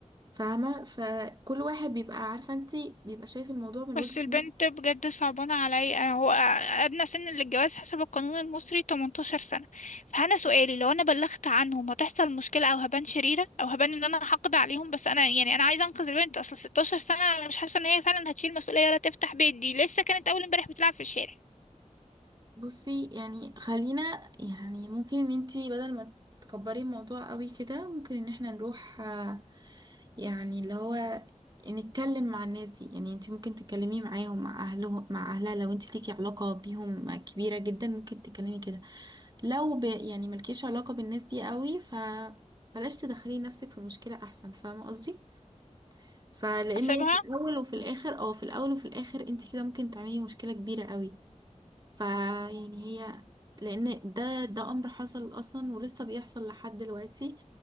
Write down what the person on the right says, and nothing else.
فاهمة فكل واحد بيبقى عارفة انت بيبقى شايف الموضوع من
وجهة
نظره
بصي يعني خلينا يعني ممكن ان انتي بدل ما تكبري الموضوع قوي كده ممكن ان احنا نروح آه، يعني اللي هو نتكلم مع الناس دي يعني انتي ممكن تتكلمي معاهم مع اهلهم مع اهلها لو انتي ليكي علاقة بيهم كبيرة جدا ممكن تتكلمي كده لو ب يعني ملكيش علاقة بالناس دي قوي فبلاش تدخلي نفسك في مشكلة احسن فاهمة قصدي فلان
هي في الاول وفي الاخر او في الاول وفي الاخر انتي كده ممكن تعملي مشكلة كبيرة قوي فيعني هي لان ده ده امر حصل اصلا ولسه بيحصل لحد دلوقتي